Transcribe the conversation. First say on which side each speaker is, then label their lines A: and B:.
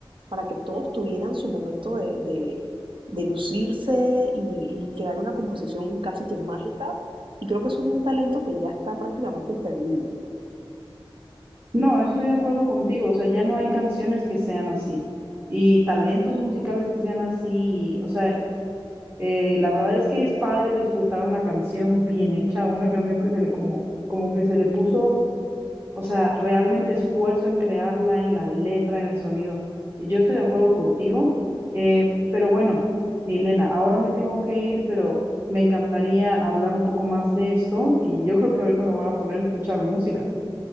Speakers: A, on the right (about 65°); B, on the right (about 25°).
A: para que todos tuvieran su momento de, de- de lucirse y, y crear una composición casi que mágica, y creo que eso es un talento que ya está prácticamente perdido.
B: No, estoy de acuerdo contigo, o sea, ya no hay canciones que sean así y talentos musicales que sean así, o sea, eh, la verdad es que es padre disfrutar una canción bien hecha, una canción que se le como, como que se le puso, o sea, realmente esfuerzo en crearla, en la letra, en el sonido. Y Yo estoy de acuerdo contigo, eh, pero bueno, Milena, ahora me tengo que ir, pero me encantaría hablar un poco más de esto y yo creo que ahorita me voy a poner a escuchar música.